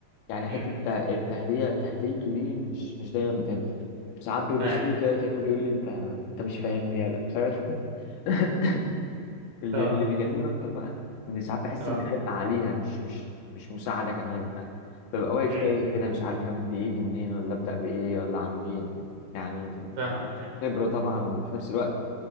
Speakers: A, on the left; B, on the right.
A: يعني حته
B: أمم،
A: الته- التهديه تهديته دي مش مش دايما بتنفع ساعات بيبص
B: ايوه
A: له كده كانه بيقول لي انت انت مش فاهمني يالا مش عارف <laughs> اللي
B: اه
A: اللي بيجنني اكتر بقى ان ساعات بحس
B: اه
A: ان حرق عليها مش مش مش مساعده كمان يعني ببقى واقف
B: امم
A: تايه كده مش عارف همد ايدي منين ولا ابدا بايه ولا اعمل ايه يعني
B: فاهمك
A: خبره طبعا وفي نفس الوقت